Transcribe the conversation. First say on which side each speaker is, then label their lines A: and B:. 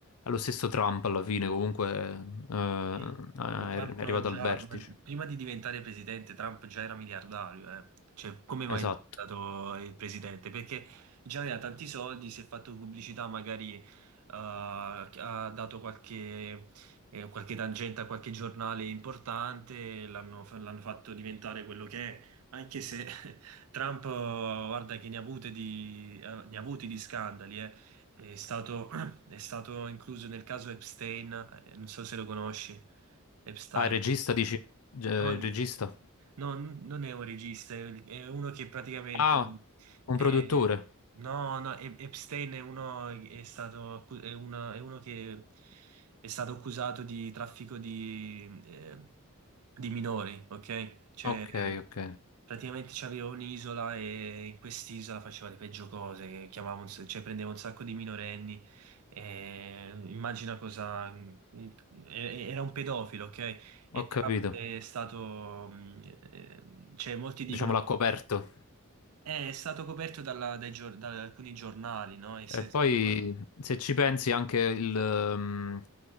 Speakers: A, on the left (about 85°); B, on the right (about 85°).
A: Allo stesso Trump alla fine comunque eh,
B: Sì,
A: eh, è
B: ma Trump
A: arrivato
B: già,
A: al vertice.
B: ma prima di diventare presidente, Trump già era miliardario, eh. Cioè, come mai
A: Esatto.
B: è diventato il presidente? Perché già aveva tanti soldi, si è fatto pubblicità, magari eh, ha dato qualche, eh, qualche tangente a qualche giornale importante, l'hanno l'hanno fatto diventare quello che è, anche se <laughs> Trump, eh, guarda che ne ha avute di, eh, ne ha avuti di scandali, eh. È stato è stato incluso nel caso Epstein, eh, non so se lo conosci, Epstein.
A: Ah, il regista dici? Eh,
B: Non,
A: il regista?
B: no, non è un regista, è è uno che praticamente...
A: Ah, un
B: eh,
A: produttore.
B: no, no, E- Epstein è uno, è stato, accu- è una- è uno che è stato accusato di traffico di, eh, di minori, ok? Cioè,
A: Ok, ok.
B: Praticamente c'avevo un'isola e in quest'isola faceva le peggio cose, che chiamava un s- cioè prendeva un sacco di minorenni e immagina cosa... e- Era un pedofilo, ok? E
A: Ho capito.
B: Trump è stato... mh, eh, cioè molti dicono...
A: Diciamo l'ha coperto.
B: "Eh, È stato coperto dalla- dai gior- da alcuni giornali, no? E se-
A: E poi
B: no,
A: se ci pensi anche il, ehm,